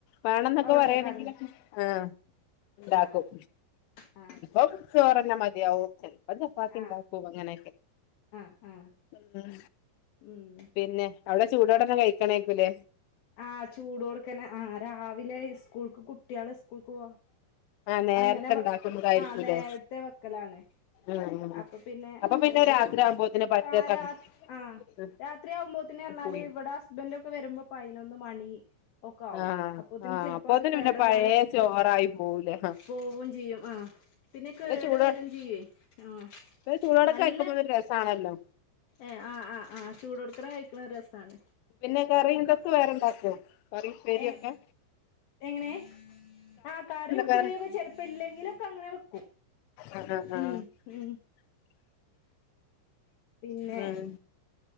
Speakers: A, on the left; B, on the left.
A: വേണം എന്നൊക്കെ
B: ഉള്ളേ
A: പറയാണെങ്കിലും
B: കറി
A: ആഹ് ഉണ്ടാക്കും.
B: ആഹ് ആഹ് ആഹ്
A: ഔ ചോറ് തന്നെ മതിയാവും, ചെലപ്പൊ ചപ്പാത്തിയുണ്ടാക്കും
B: ആഹ്
A: അങ്ങനെയൊക്കെ.
B: ആഹ് ആഹ്
A: ഉം
B: ഉം
A: പിന്നെ അവിടെ ചൂടോടെ തന്നെ കഴിക്കണേക്കുല്ലേ.
B: ആഹ് ചൂടോടുക്ക് തന്നെ ആഹ് രാവിലെ സ്കൂൾക്ക് കുട്ടികള് സ്കൂൾക്ക് പോവാൻ.
A: ആഹ് നേരത്തെ
B: അങ്ങനെ വെ
A: ഉണ്ടാക്കുന്നതായിരിക്കൂല്ലേ
B: ആഹ് നേരത്തെ വെക്കലാണ്
A: ആഹ്
B: അപ്പൊ. പിന്നെ
A: അപ്പൊ പിന്നെ
B: ഏത്
A: രാത്രി ആവുമ്പോത്തിന് പറ്റേ
B: ആരാ
A: തണു
B: ആഹ്. രാത്രിയാവുമ്പോത്തിന് എന്നാല്
A: പോയി
B: ഇവിടെ ഹുസ്ബൻഡ് ഒക്കെ വരുമ്പോ പയിനൊന്ന് മണി. ഒക്കെയാവും
A: ആഹ്
B: അപ്പോത്തേന്
A: ആഹ്
B: ചെലപ്പോ
A: അപ്പോത്തിന്
B: അത് കേടുവന്നാല്.
A: പിന്നെ പഴയ ചോറായി പോവൂലേ ആഹ്.
B: പോവും ചെയ്യും ആഹ് പിന്നെ കേട്
A: ചൂടോ
B: വരും ചെയ്യുവേ ആഹ്.
A: ചൂടോടെ
B: നല്ല
A: കഴിക്കുമ്പോ ഒരു രസയാണല്ലോ.
B: ഏഹ് ആഹ് ആഹ് ആഹ് ചുടോടെ കഴിക്കുന്നെരു രസാണ്.
A: പിന്നെ കറി ഇതൊക്കെ വേറെ ഉണ്ടാക്കുവോ, കറി ഉപ്പേരി
B: ഏഹ്
A: ഒക്കെ.
B: എങ്ങനെ ആഹ് കറി ഉപ്പേരിയൊക്കെ
A: വേറെ
B: ചെലപ്പോ ഇല്ലെങ്കിലൊക്കെ അങ്ങനെ വെക്കും.
A: ആഹ് ആഹ്
B: ഉം ഉം പിന്നെ
A: ഉം